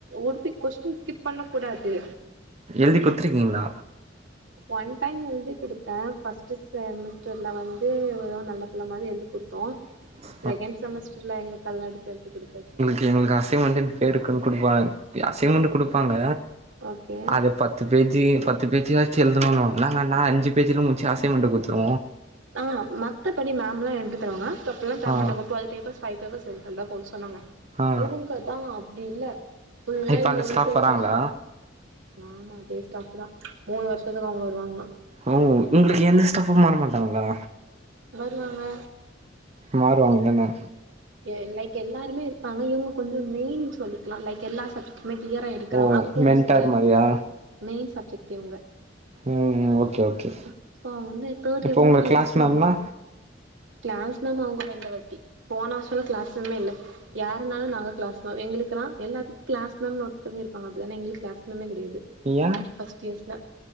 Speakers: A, on the right; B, on the right.
A: ஒருத்தி கொஸ்டின் ஸ்கிப் பண்ணக் கூடாது
B: எழுதி குட்த்ருக்கீங்ளா
A: வன் டைம் எல்தி குடுத்தே ஃபஸ்ட்டு செமஸ்டர்ல வந்து வெறு நல்ல பிள்ள மாதி எல்தி குடுத்தோ
B: <inaudible>
A: செகெண் செமஸ்டர்ல எங்க கல்நாடு தெடுத்து குடுத்தாச்சு
B: எங்ளுக்கு அசைன்மெண்டுன் பேருக்கு குடுப்பாங் எ அசைன்மண்ட்டு குடுப்பாங்க
A: ஓகே
B: அதே பத் து பேத்தி பத்து பேஜியாச்சு எல்தணுன்வாங் நாங்க நா அஞ்சு பேஜிலும் முச்சி அசைன்மண்ட்ட குட்த்ரு
A: ஆ மத்தபடி மேம்ல்லா எப்டு தருவாங்க தப்பெல்லா தர
B: ஆ
A: மாட்டாங்கோ டுவல் பேப்பர்ஸ் ஃபைவ் பேப்பர்ஸ் எல்தந்தா போது சொன்னாங்க
B: ஆ
A: இவுங்க தா அப்டி இல்ல ஃபுல்லா
B: இப்ப
A: எல்ததா
B: அந்த ஸ்டாஃப்
A: சொல்லிர்க்காங்க
B: வராங்களா
A: ஆமா அதே ஸ்டாஃபு தா மூணு வருஷத்துக்கு அவ்ங் வருவாங்ளா
B: ஓ உங்ளுக்கு எந்த ஸ்டாஃப்பு மாற மாட்டாங்ளா
A: வருவாங்க
B: மாறுவாங்தனே
A: ஏ லைக் எல்லார்மே இருப்பாங்க இவுங்க கொஞ்சோ மெய்ன் சொல்லிக்கலா லைக் எல்லா சப்ஜெட் வெய் க்ளியரா எடுக்கறா
B: ஓ
A: அக்கோண்ஸு
B: மென்டார் மாரியா
A: மெய்ன் சப்ஜெட் தேவுங்க
B: ம் ஓகே ஓகே
A: அ சோ அவ்ங் வந்து தேட்
B: இப்போ
A: இயர்
B: உங்க
A: மூணு
B: கிளாஸ்
A: யஸ்பூமூ
B: மேம்னா
A: க்ளாஸ் மேம் அவுங்கதா இந்த வட்டி போன வஷல்லா க்ளாஸ் மேமே இல்ல யாருனாலு நாங்க க்ளாஸ்மா எங்களுக்கல்லா எல்லாத்துக்கு க்ளாஸ்மேம்னு ஒருத்தங்க இருப்பாங்க அப்டிதானே எங்களுக் க்ளாஸ் மேம்மே கிடையாது
B: ய
A: ஃபஸ்ட் இயர்ஸ்ல